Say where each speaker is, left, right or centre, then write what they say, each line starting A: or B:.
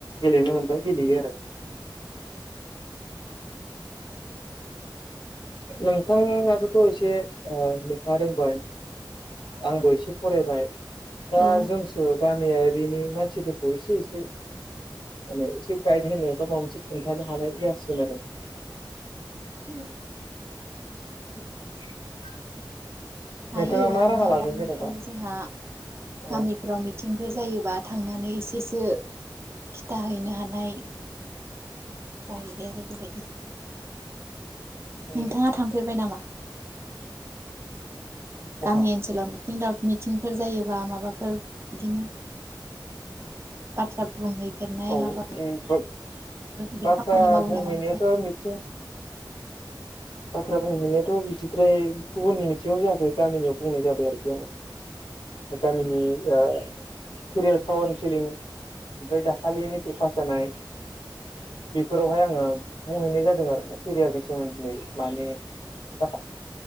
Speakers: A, on the left; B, on the right.
A: गेलेनो मोनबाय गेलेयो आरो नोंथाङाबोथ' एसे ओ लेखा रोंबाय आंबो एसे फरायबाय दा
B: औ
A: जोंसो गान गामियारिनि मानसिफोरखौ एसे एसे माने एसे गाइड होनो बा माबा मोनसे खोन्थानो हानाय जासिगोन आरो
B: उम
A: <inaudible> नोंथाङा
B: हायो
A: मा
B: हानाया
A: राहा लागोन
B: दा बेनिखायनो
A: जेनेबा
B: जोंहा गामिफ्राव
A: औ
B: मिथि जायोबा थांनानै एसेसो खिथाहैनो हानाय। जाहैबाय आरो बेबायदि।
A: उम
B: नोंथाङा थांफेरबाय नामा?
A: बहा
B: गामि ओनसोलाव इनदाब मिटिंफोर जायोबा माबाफोर बिदिनो बाथ्रा बुंहैफेरनाय
A: औ उम।
B: माबाफोर बिदि
A: बाथ्रा
B: खामानि मावो
A: बुंहैनायाथ'
B: नामा नोंथाङा
A: मिथिं बाथ्रा बुंहैनायाथ' बिदिद्राय गुबुननि मिथिङाव जायाखै गामिनियाव बुंनाय जाबाय आरो गें। गामिनि ओ केरेल काउन्सिलिं। ओमफ्राय दाखालि मेट्रिक पास जानाय बेफोरावहाय आङो बुंहैनाय जादों आरो ना केरियारनि सोमोन्दै। माने दाथा